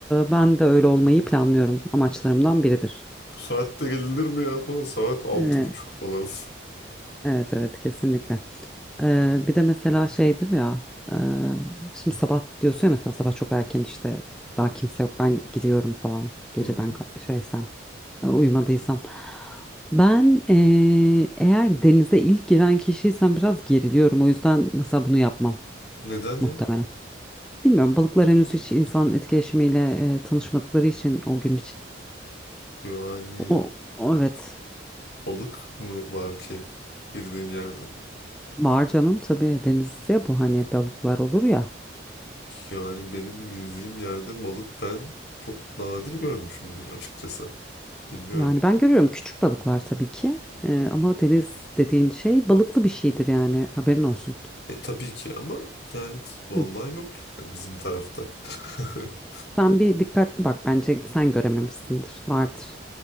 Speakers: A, in the centre; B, on the left.
A: ben de öyle olmayı planlıyorum. Amaçlarımdan biridir.
B: Bu saatte gelinir mi ya falan. Saat altı
A: Evet.
B: buçuk falan.
A: Evet evet kesinlikle. Ee, bir de mesela şeydir ya e, şimdi sabah diyorsun ya mesela sabah çok erken işte daha kimse yok ben gidiyorum falan geceden
B: <laughs> Hı hı.
A: ka- şeysem e, uyumadıysam. Ben e, eğer denize ilk giren kişiysem biraz geriliyorum o yüzden mesela bunu yapmam
B: Neden ya?
A: muhtemelen. Bilmiyorum balıklar henüz hiç insan etkileşimiyle e, tanışmadıkları için o gün için.
B: Yani
A: O, o evet
B: balık mı var ki girdiğin yerde?
A: var canım tabii denizde bu hani balıklar olur ya.
B: Yani benim girdiğim yerde balık ben çok nadir görmüşümdür açıkçası. Bilmiyorum.
A: Yani ben görüyorum küçük balıklar tabii ki Ee, ama deniz dediğin şey balıklı bir şeydir yani haberin olsun.
B: E tabii ki ama yani vallahi
A: Hı.
B: yok yani bizim tarafta. <laughs>
A: Sen bir dikkatli bak bence sen görememişsindir vardır.